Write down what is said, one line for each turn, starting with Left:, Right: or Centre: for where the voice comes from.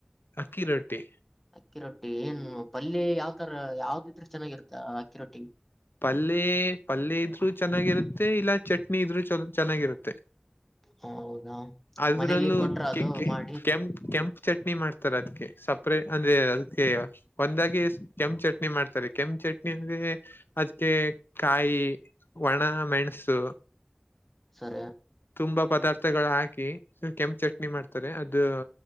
Left: ಅಕ್ಕಿ ರೊಟ್ಟಿ.
Centre: ಅಕ್ಕಿ ರೊಟ್ಟಿ ಏನು ಪಲ್ಯ ಯಾವ್ ತರ ಯಾವ್ದಿದ್ರೆ ಚೆನ್ನಾಗಿರ್ತ್ತ ಅಕ್ಕಿ ರೊಟ್ಟಿಗೆ
Left: ಪಲ್ಲಿ ಪಲ್ಲಿ ಇದ್ರು ಚೆನ್ನಾಗಿರುತ್ತೆ ಇಲ್ಲ ಚಟ್ನಿ ಇದ್ರು ಚಲೊ ಚೆನ್ನಾಗಿರುತ್ತೆ.
Centre: ಹೌದಾ
Left: ಅದರಲ್ಲೂ
Centre: ಮನೇಲಿ ಕೊಟ್ರ ಅದು
Left: ಕೆ ಕೆ
Centre: ಮಾಡಿ
Left: ಕೆಂ ಕೆಂಪ್ ಚಟ್ನಿ ಮಾಡ್ತಾರೆ ಅದ್ಕೆ ಸಪ್ರೇಟ್ ಅಂದ್ರೆ ಅದುಕ್ಕೆ ಒಂದಾಗಿ ಕೆಂಪು ಚಟ್ನಿ ಮಾಡ್ತಾರೆ ಕೆಂ ಚಟ್ನಿ ಅಂದ್ರೆ ಅದುಕ್ಕೆ ಕಾಯಿ ಒಣ ಮೆಣಸು
Centre: ಸರಿ
Left: ತುಂಬಾ ಪದಾರ್ಥಗಳ ಹಾಕಿ ಕೆಂಪು ಚಟ್ನಿ ಮಾಡ್ತಾರೆ ಅದು.